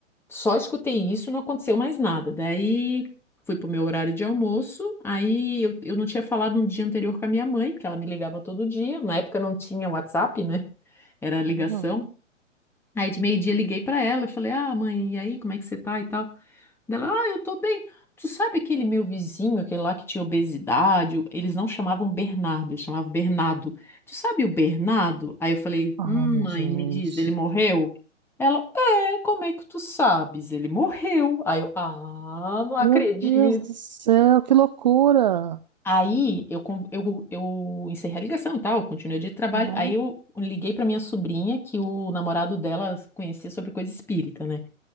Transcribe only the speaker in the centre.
Só escutei isso, não aconteceu mais nada. Daí fui pro meu horário de almoço. Aí eu, eu não tinha falado no dia anterior com a minha mãe, porque ela me ligava todo dia. Na época não tinha WhatsApp, né? Era ligação.
Aí de meio-dia liguei pra ela e falei: Ah, mãe, e aí, como é que você tá e tal? Dela, ah, eu tô bem. Tu sabe aquele meu vizinho, aquele lá que tinha obesidade? o- Eles não chamavam Bernardo, eles chamavam Bernardo. Tu sabe o Bernardo? Aí eu falei,
hum, mãe,
me diz, ele morreu? Ela, é, como é que tu sabes? Ele morreu. Aí eu, ah, não acredito.
Aí eu, con- eu, eu encerrei a ligação e tal, continuei o dia de trabalho.
Aí eu liguei pra minha sobrinha, que o namorado dela conhecia sobre coisa espírita, né?